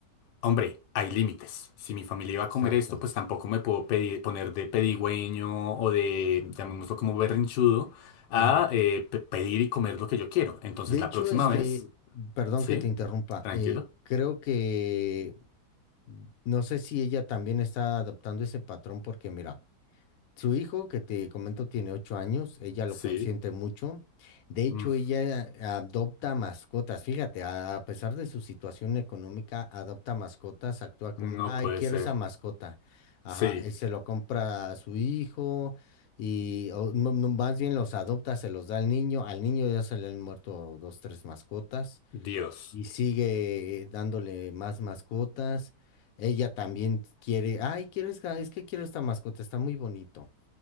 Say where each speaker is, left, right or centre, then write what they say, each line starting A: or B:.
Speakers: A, on the left; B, on the left.
A: hombre, hay límites. Si mi familia
B: exacto.
A: iba a comer esto, pues tampoco me puedo pedir- poner de pedigüeño o de, llamémoslo
B: sí,
A: como berrinchudo, a
B: ujú.
A: eh, pe- pedir y comer lo que yo quiero. Entonces
B: De hecho,
A: la próxima
B: este,
A: vez,
B: perdón
A: sí,
B: que te interrumpa,
A: tranquilo,
B: eh, creo que mm, no sé si ella también está adoptando ese patrón porque mira, Su hijo, que te comento, tiene ocho años, ella
A: sí,
B: lo consiente mucho. De hecho,
A: mm,
B: ella adopta mascotas. Fíjate, a, a pesar de su situación económica, adopta mascotas, actúa como,
A: no
B: ay,
A: puede
B: quiero
A: ser,
B: esa mascota. Ajá,
A: sí,
B: y se lo compra a su hijo y o, no, no, más bien los adopta, se los da al niño. Al niño ya se le han muerto dos, tres mascotas
A: Dios.
B: y sigue eh, dándole más mascotas. Ella también quiere, ay, quiero, esta- es que quiero esta mascota, está muy bonito.